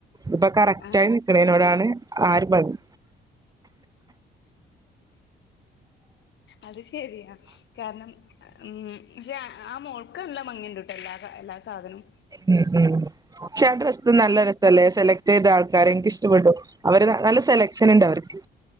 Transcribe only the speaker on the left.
ആഹ്
അത് ശരിയാ കാരണം ഉ പക്ഷെ ആ മോൾ ഒക്ക നല്ല മംഗിണ്ട്ട്ടോ എല്ലാ എല്ലാ സാധനും